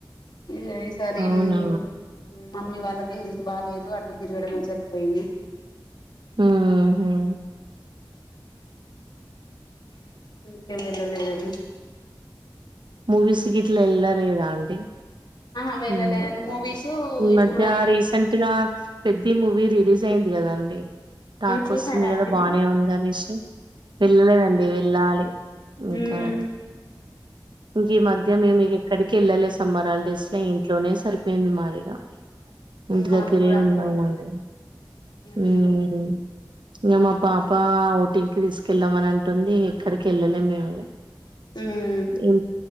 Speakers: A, on the left (about 60°); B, on the right (about 75°).
A: ఇగ ఈసారి.
B: అవునా
A: ఉం. మమ్మీ వాళ్లకి హెల్త్ బాలేదు. అట తిరగడమేచరిపోయింది.
B: మ్మ్ హ్మ్
A: అందుకే వెళ్లలేదండి.
B: మూవీస్ గిట్ల, ఎల్లలేదా అంటీ.
A: ఆహా వెళ్ళలేదండి
B: ఉం
A: మూవీస్
B: ఈ
A: ఇప్పుడు
B: మధ్య
A: ఐబొమ్మ
B: రీసెంట్. గా పెద్ది మూవీ రిలీజ్ అయింది కదాండి. టాక్
A: చూసారా
B: వస్తుంది గదా,
A: అండి
B: బానే
A: మీరు
B: ఉందనేసి. వెళ్లలేదండి వెళ్లాలి.
A: మ్మ్
B: ఇంకా ఇంకా ఈ మధ్య మేమీగా ఎక్కడికి వెళ్లలే, సమ్మర హాల్డేస్ల ఇంట్లోనే సరిపోయింది మాదిగా. ఇంటి
A: మాది
B: దగ్గరే
A: కూడా అంతే
B: ఉన్నామండి.
A: అండి మ్మ్
B: ఉం ఇగ, మా పాప ఔటింగ్కి తీసుకెళ్లామని అంటుంది. ఎక్కడికి వెళ్లే మేము ఇగ.
A: ఉం
B: ఇం